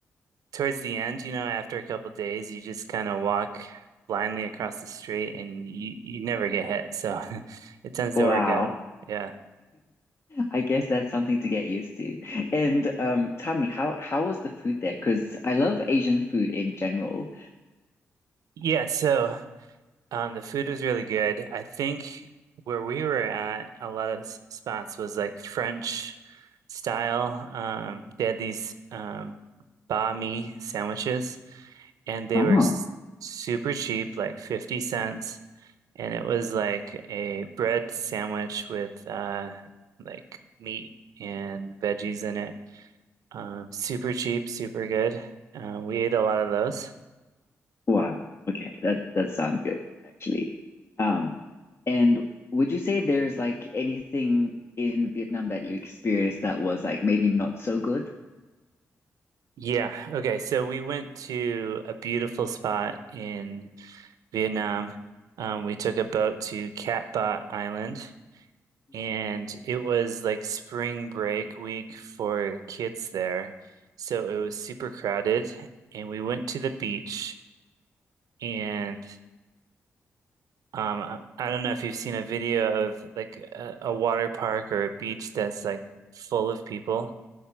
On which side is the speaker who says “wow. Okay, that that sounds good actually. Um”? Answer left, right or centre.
Left